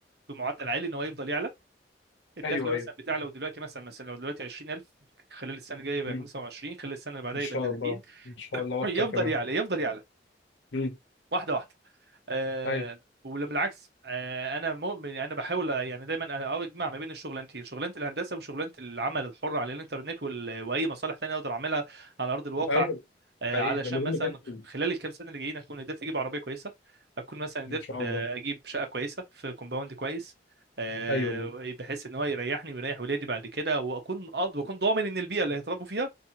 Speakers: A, on the right; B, on the left.
A: بمعدل عالي ان هو يفضل يعلى الدخل
B: ايوه
A: مثلا
B: ايوه
A: بتاع لو دلوقتي مثلا مثلا لو دلوقتي 20000 خلال السنه الجايه يبقى
B: امم
A: 25 خلال السنه اللي بعدها
B: ان شاء
A: يبقى 30
B: الله ان شاء الله واكتر
A: يفضل
B: كمان
A: يعلى يفضل يعلى
B: امم
A: واحده واحده أه
B: ايوه
A: وبالعكس أه انا مؤمن يعني انا بحاول يعني دايما اجمع ما بين الشغلانتين شغلانه الهندسه وشغلانه العمل الحر على الانترنت وال... واي مصالح تانية اقدر اعملها على ارض الواقع
B: ايوه
A: أه
B: حقيقي
A: علشان
B: ده مهم
A: مثلا
B: جدا
A: خلال الكام سنه اللي جايين اكون قدرت اجيب عربيه كويسه اكون مثلا قدرت
B: ان شاء
A: آه،
B: الله
A: اجيب شقه كويسه في كومباوند كويس أه
B: ايوه
A: بحيث ان هو يريحني ويريح ولادي بعد كده واكون قاضي واكون ضامن ان البيئه اللي هيتربوا فيها